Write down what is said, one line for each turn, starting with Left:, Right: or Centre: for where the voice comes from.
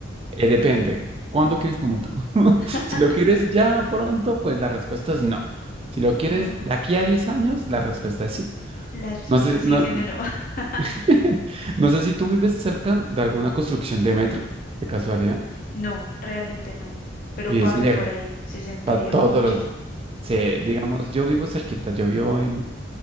Right: eh, depende. ¿Cuándo quieres tu metro? <laughs>
Left: <laughs>
Right: Si lo quieres ya pronto, pues la respuesta es no. Si lo quieres
Left: No,
Right: de aquí a 10 años, la respuesta es sí.
Left: la respuesta
Right: No sé,
Left: sigue
Right: no,
Left: siendo no. <laughs>
Right: <laughs> no sé si tú vives cerca de alguna construcción de metro, de casualidad.
Left: No, realmente no. Pero
Right: Vives
Left: paso
Right: lejos,
Left: por ahí. sesenta
Right: para
Left: y
Right: todos
Left: ocho.
Right: los... Sí, digamos, yo vivo cerquita, yo vivo en,